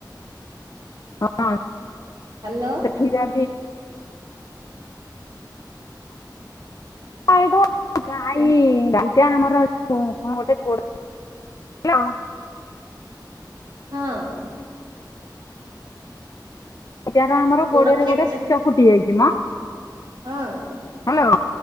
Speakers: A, on the left; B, on the right.
A: ହଁ।
B: ହାଲୋ।
A: ସେ କ୍ଷୀର ବି ଏଇଟା ଗାଈ ଦିଟା ଆମର କଣ ଗୋଟେ ଗୋଡ଼ ହାଲୋ।
B: ହଁ।
A: ଏଟାର ଆମର
B: ଗୋଡ
A: ଗୋଡ଼ରେ
B: ଖେଞ୍ଚା
A: ଗୋଟେ କାଚ ଫୁଟି ଯାଇଚି ମୋ।
B: ହଁ।
A: ହାଲୋ।